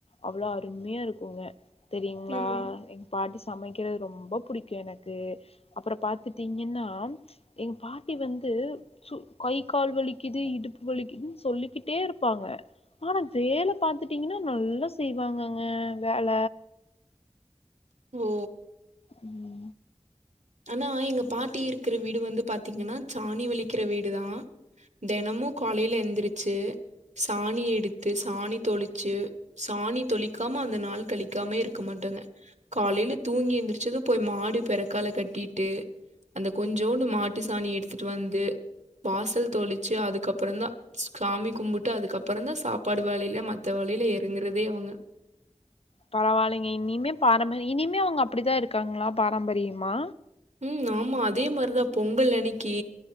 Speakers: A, on the left (about 55°); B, on the right (about 80°).
A: அவ்லோ அருமையா இருக்குங்கே தெரியுங்களா
B: ம்
A: பாட்டி சமைக்கிறது ரொம்ப புடிக்கும் எனக்கு அப்ரோ பாத்துட்டீங்கன்னா எங்க பாட்டி வந்து சு கை கால் வலிக்குது இடுப்பு வலிக்குதுன்னு சொல்லிக்கிட்டே இருப்பாங்க ஆனா வேல பாத்துட்டீங்கன்னா நல்லா செய்வாங்கங்கே வேல
B: ஓ
A: ம்
B: ஆனா எங்க பாட்டி இருக்கிற வீடு வந்து பாத்தீங்கன்னா சாணி வலிக்கிற வீடுதா தேனமும் காலையில எழுந்திரிச்சி சாணி எடுத்து சாணி தொளிச்சி சாணி தொளிக்காம அந்த நாள் கழிக்காமே இருக்க மாட்டாங்கே காலையில தூங்கி எழுந்திரிச்சதும் போய் மாடு பிறக்கால கேட்டிட்டு அந்த கொஞ்சோன்டு மாட்டு சாணி எடுத்துட்டு வந்து வாசல் தெளிச்சி அதுக்கப்ரோந்தா ஸ்காமி கும்புட்டு அதுக்கப்புறந்தா சாப்பாடு வேலையிலே மத்த வேலையிலே இறங்குறதே அவங்க
A: பரவாயில்லைங்க இனிமே பாரம்பரியம் இனிமே அவங்க அப்பிடிதா இருக்காங்களா பாரம்பரியமா
B: உம் ஆமா அதே மாரிதா பொங்கல் அன்னைக்கி